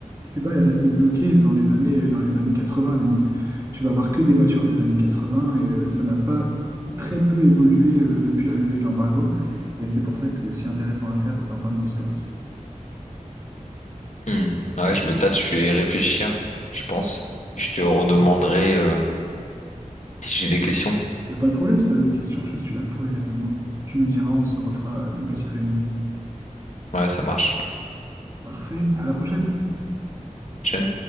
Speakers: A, on the right; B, on the left.
A: Cuba est resté bloqué dans les années, dans les années 80, limite. Tu vas avoir que des voitures des années 80 et euh, ça n'a pas ou très peu évolué euh, depuis la levée de l'embargo. Et c'est pour ça que c'est aussi intéressant à faire euh, d'un point de vue historique.
B: Hmm. Ouais, je me tâte, je vais réfléchir, je pense. Je te redemanderai euh, si j'ai des questions.
A: Il n'y a pas de problème, si tu as d'autres questions, je suis là pour y répondre. Tu me diras, on se refera euh, une petite réunion.
B: Ouais, ça marche.
A: Parfait, à la prochaine!
B: Chen.